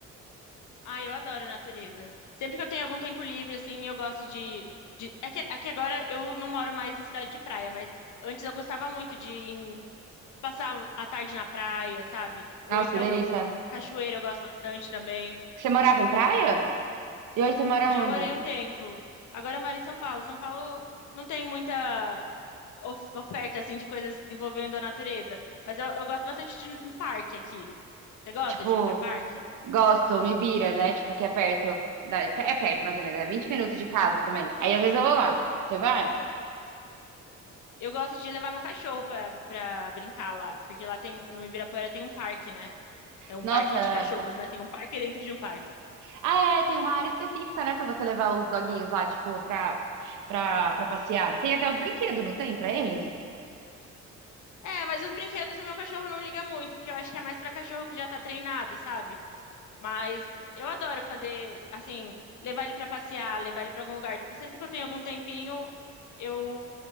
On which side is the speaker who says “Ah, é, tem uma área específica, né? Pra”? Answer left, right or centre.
Right